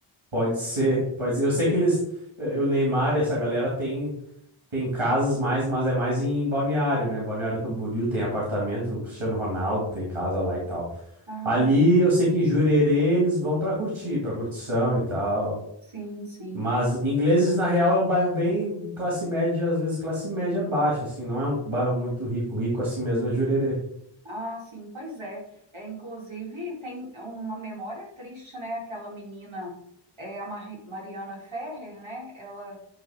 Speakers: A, on the right; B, on the right.
A: pode ser, pode ser. Eu sei que eles eh, o Neymar e essa galera tem Tem casas mais, mas é mais em Balneário, né? Balneário Camboriú tem apartamento, o Cristiano Ronaldo tem casa lá e tal.
B: Ah,
A: Ali eu sei que em Jurerê eles vão pra curtir, pra curtição e tal.
B: sim, sim.
A: Mas Ingleses, na real, é um bairro bem classe média, às vezes classe média baixa, assim, não é um bairro muito rico, rico assim mesmo é Jurerê.
B: Ah, sim, pois é. É, inclusive, tem uma memória triste, né? Aquela menina, é, a Mar- Mariana Ferrer, né? Ela